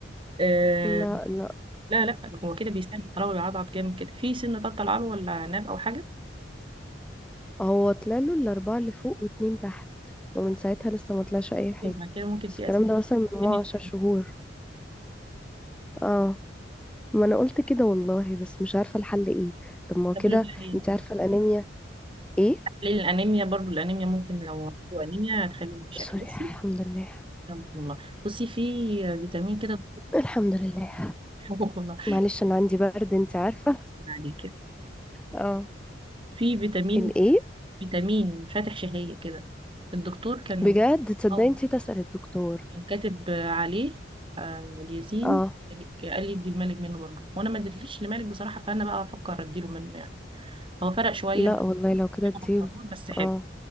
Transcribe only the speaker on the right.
آه
لا لا هو كده بيسنن طالما بيعضعض جامد كده في سن تطلع له ولا ناب أو حاجة
ما كده ممكن
في
أسنان
سن-
طب
أقول لك لا، هي
في
تحليل الأنيميا برضو الأنيميا ممكن لو عنده أنيميا هتخليه بشكل
بصي
يا رب والله بصي في فيتامين كده
<laughs>
عليه كده
في فيتامين
فيتامين فاتح شهية كده الدكتور كان
أو
كان كاتب عليه آه، الياسين
قال لي ادي الملك منه برضه وانا ما اديتليش لمالك بصراحه فانا بقى افكر اديله منه يعني هو فرق شويه
مع
مع الفرمون، بس حلو